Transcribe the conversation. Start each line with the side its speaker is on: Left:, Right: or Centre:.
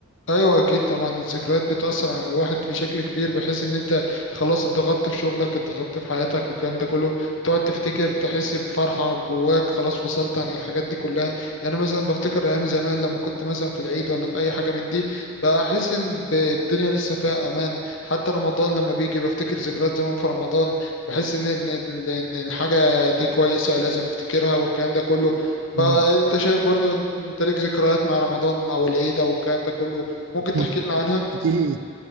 Left: ايوه اكيد طبعا الذكريات بتاثر على الواحد في شكل كبير بحيث ان انت خلاص اتضغطت في شغلك اتضغطت في حياتك والكلام ده كله تقعد تفتكر تحس بفرحه جواك خلاص فصلت عن الحاجات دي كلها يعني مثلا بفتكر ايام زمان لما كنت مثلا في العيد ولا في اي حاجه من دي بحس ان ب- الدنيا لسه فيها امان حتى رمضان لما بيجي بفتكر ذكريات زمان في رمضان بحس ان ان إن- إن الحاجه دي كويسه لازم افتكرها والكلام ده كله
Right: مم.
Left: فانت شايف برضو إن انت ليك ذكريات مع رمضان او العيد او الكلام ده كله ممكن
Right: <laughs>
Left: تحكي لنا عنها
Right: كتير